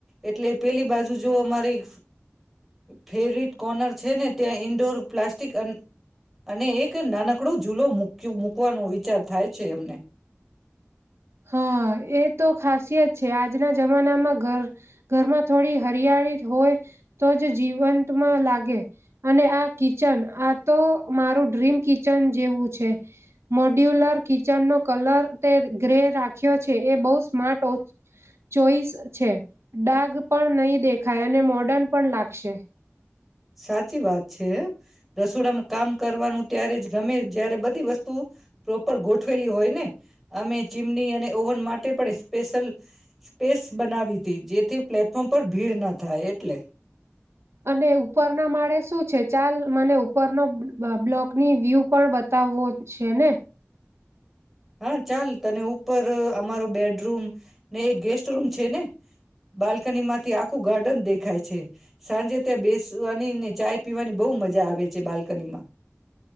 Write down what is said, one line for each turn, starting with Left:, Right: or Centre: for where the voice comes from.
Centre: એટલે પેલી બાજુ જો અમારી ફેવરિટ કોર્નર છે ને ત્યાં ઇન્ડોર પ્લાસ્ટિક અને એક નાનકડો ઝૂલો મૂક્યો મૂકવાનો વિચાર થાય છે અમને.
Right: હા એ તો ખાસિયત છે આજના જમાનામાં ઘર ઘરમાં થોડી હરિયાળી હોય તો જ જીવંતમાં લાગે અને આ કિચન આ તો મારું ડ્રીમ કિચન જેવું છે મોડ્યુલર કિચનનો કલર તે ગ્રે રાખ્યો છે એ બહુ સ્માર્ટ ઓ ચોઈસ છે ડાગ પણ નહી દેખાય અને મોર્ડન પણ લાગશે.
Centre: સાચી વાત છે રસોડામાં કામ કરવાનું ત્યારે જ તમે જયારે બધી વસ્તુ પ્રોપર ગોઠવેલી હોય ને અમે ચીમની અને ઓવન માટે પણ સ્પેશિલ સ્પેસ બનાવી હતી જેથી પ્લેટફોર્મ પર ભીડ ના થાય એટલે.
Right: અને ઉપરના માળે શું છે ચાલ મને ઉપરનો બ્લોકની વ્યૂ પણ બતાવવો છે ને.
Centre: હા ચાલ તને ઉપર અમારો બેડરૂમ ને એક ગેસ્ટરૂમ છે ને બાલ્કની માંથી આખું ગાર્ડન દેખાય છે. સાંજે ત્યાં બેસવાની ને ચાય પીવાની બહુ મજા આવે છે બાલ્કનીમાં.